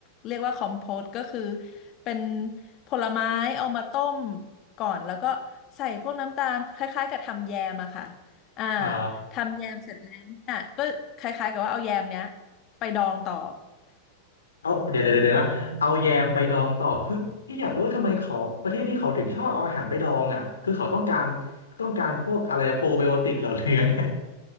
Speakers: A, on the left; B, on the left.
A: เรียกว่าคอมโพตก็คือเป็นผลไม้เอามาต้มก่อนแล้วก็ใส่พวกน้ำตาลคล้ายๆกับทำแยมอะค่ะ อ่า
B: อ่า
A: ทำแยมเสร็จแล้วเนี่ยก็คล้ายๆกับว่าเอาแยมเนี้ยไปดองต่อ
B: เอาเดี๋ยวเดี๋ยวเดี๋ยวนะเอาแยมไปดองต่อคือพี่อยากรู้ว่าทำไมเขาประเทศนี้เขาถึงชอบเอาอาหารไปดองอ่ะคือเขาต้องการต้องการพวกอะไรโปรไบโอติกเหรอหรือยังไง